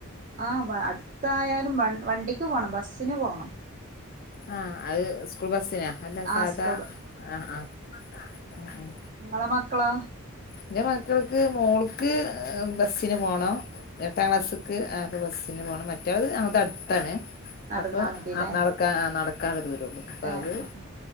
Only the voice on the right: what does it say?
ആഹ് വ അട്ത്തായാലും വ വണ്ടിക്ക് പോകണം ബസ്സിന് പോവണം.
ആഹ്
സ്കൂൾ
ഇങ്ങള മക്കളോ.
ഏഹ്
നടന്നാ
മതില്ലേ
ഏഹ് ഏഹ്